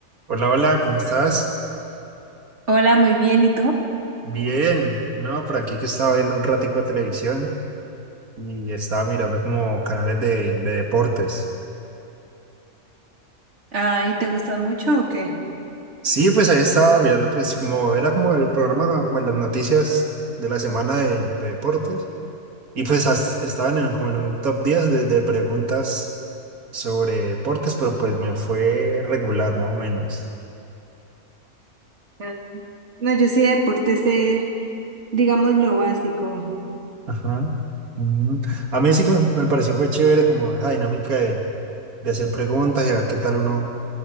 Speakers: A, on the right; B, on the right.
A: Hola, hola, ¿cómo estás?
B: Hola, muy bien. ¿Y tú?
A: Bien, no, por aquí que estaba viendo un ratico de televisión y estaba mirando como canales de, de deportes.
B: Ah, ¿y te gustan mucho o qué?
A: Sí, pues ahí estaba mirando, pues como era como el programa, como las noticias de la semana de, de deportes. Y pues as- estaban en, como en un top 10 de, de preguntas sobre deportes, pero pues me fue regular, más o menos.
B: Ah, No, yo sí de deportes sé, digamos, lo básico.
A: Ajá. Mm. A mí sí que me, me pareció fue chévere como esa dinámica de, de hacer preguntas y a ver qué tal uno